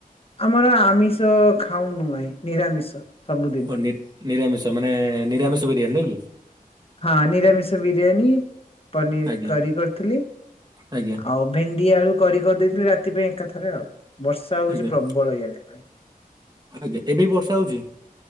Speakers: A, on the left; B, on the right.
A: ଆମର ଆମିଷ ଖାଉନୁ ଭାଇ ନିରାମିଷ ସବୁଦିନ୍‌।
B: ଓ ନି ନିରାମିଷ ମାନେ ନିରାମିଷ ବିରିୟାନି ନୁହିଁ କି।
A: ହଁ ନିରାମିଷ ବିରିୟାନୀ ପନିର
B: ଆଜ୍ଞା
A: କରି କରିଥିଲି
B: ଆଜ୍ଞା
A: ଆଉ ଭେଣ୍ଡି ଆଳୁ କରି କରିଦେଇଥିଲି ରାତି ପାଇଁ ଏକା ଥରେ ଆଉ ବର୍ଷା ହଉଛି
B: ଆଜ୍ଞା
A: ପ୍ରବଳ ଇଆଡେ।
B: ଆଜ୍ଞା ଏବେ ବି ବର୍ଷା ହଉଚି।